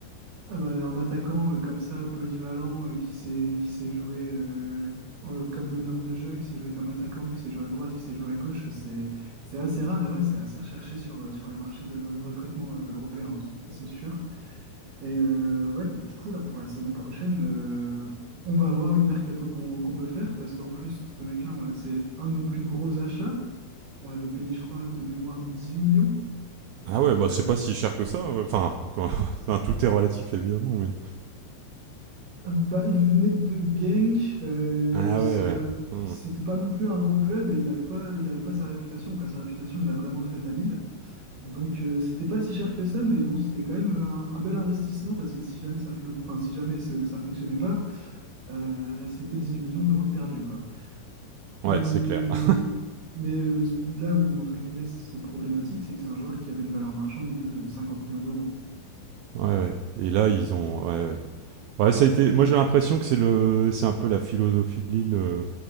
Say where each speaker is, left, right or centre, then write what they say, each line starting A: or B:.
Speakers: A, on the right; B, on the right.
A: Ah bah, un attaquant euh, comme ça, polyvalent, euh, qui s'est qui s'est joué euh, euh, comme meneur de jeu, qui s'est joué comme attaquant, qui s'est joué à droite, qui s'est joué à gauche, c'est c'est assez rare et ouais, c'est assez recherché sur, euh, sur les marchés de, de recrutement euh, européens, hein, ça c'est sûr. Et euh, ouais, donc, du coup, là, pour la saison prochaine, euh, on va voir le mercato qu'on qu'on peut faire, parce qu'en plus, ce mec-là, on l'a- c'est un de nos plus gros achats. On l'avait payé, je crois, de mémoire 18 millions.
B: Ah ouais, bah
A: Euh,
B: c'est pas si cher que ça. euh, Enfin, quand- <laughs> enfin, tout est relatif, évidemment, mais...
A: Bah, il venait de Genk, euh,
B: Ah
A: ça,
B: ouais, ouais. Hmm.
A: c'était pas non plus un gros club et il avait pas, il avait pas sa réputation, quoi. Sa réputation, il l'a vraiment faite à Lille. Donc, euh, c'était pas si cher que ça, mais bon, c'était quand même un, un bel investissement parce que si jamais ça, flop, enfin, si jamais ce- ça fonctionnait pas, euh, c'était huit millions d'euros de perdus, quoi.
B: Ouais,
A: Mais,
B: c'est clair. <laughs>
A: mais euh, là où, entre guillemets, c'est problématique, c'est que c'est un joueur qui avait une valeur marchande de 50 millions d'euros.
B: Ouais, ouais. Et là, ils ont... Ouais, ouais. Ouais, ça a été...
A: Et
B: Moi, j'ai l'impression que c'est le... c'est un peu la philosophie de Lille euh,